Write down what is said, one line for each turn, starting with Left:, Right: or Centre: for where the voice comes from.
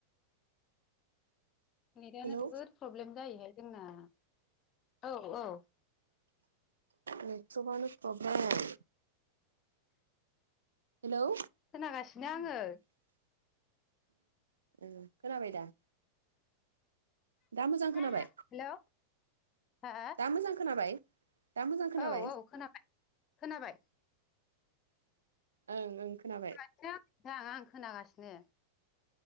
Left: नेटनो
Right: हेलौ
Left: जोबोद प्रब्लेम जायोहाय जोंना औ औ
Right: नथ्रखानो प्रब्लेम हेलौ
Left: खोनागासिनो आङो
Right: खोनाबाय दा दा मोजां
Left: हेलौ
Right: खोनाबाय
Left: हा
Right: दा मोजां खोनाबाय दा मोजां खोनाबाय
Left: औ औ खोनाबाय खोनाबाय
Right: ओं ओं खोनाबाय
Left: <unintelligible> आं खोनागासिनो